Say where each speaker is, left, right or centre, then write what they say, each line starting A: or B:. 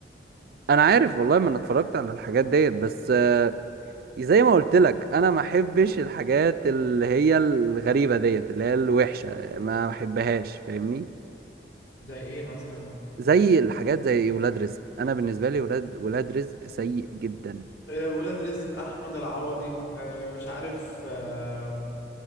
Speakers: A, on the right; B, on the left.
A: أنا عارف والله ما أنا اتفرجت على الحاجات ديت بس آه، زي ما قلت لك انا ما احبش الحاجات اللي هي الغريبه ديت اللي هي الوحشه ما احبهاش فاهمني
B: زي ايه مثلا
A: زي الحاجات زي ولاد رزق انا بالنسبه لي ولاد ولاد رزق سيء جدا
B: آه، ولاد رزق احمد العوضي آه، مش عارف آه،